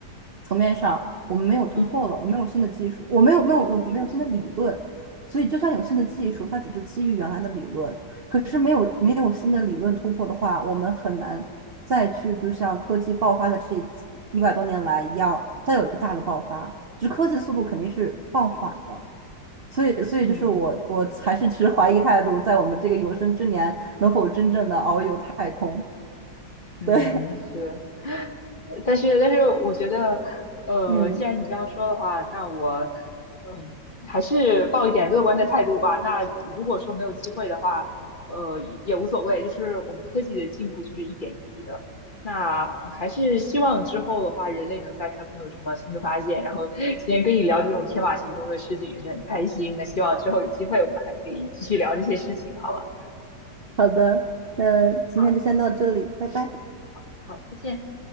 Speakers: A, on the right; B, on the left.
A: 层面上，我们没有突破了，
B: 嗯
A: 我没有新的技术，我没有没有我没有新的理论，所以就算有新的技术，它只是基于原来的理论。可是没有没有新的理论突破的话，我们很难再去就像科技爆发的这一百多年来一样，再有一个大的爆发。就是科技的速度肯定是放缓的，所以所以就是我我还是持怀疑态度，
B: 嗯
A: 在我们这个有生之年能否真正的遨游太空？
B: 嗯，
A: 对，
B: 嗯是，但是但是我觉得，呃，
A: <laughs> 嗯，
B: 既然你这样说的话，那我，嗯、还是抱一点乐观的态度吧。那如果说没有机会的话，呃，也也无所谓，就是我们科技的进步就是一点一滴的。那还是希望之后的话，人类能在太空有什么新的发现。然后今天跟你聊这种天马行空的事情也是很开心。那希望之后有机会我们还可以继续聊这些事情，好吧？
A: 好的，那今天就先到这里，
B: 好，
A: 拜拜。
B: 好，再见。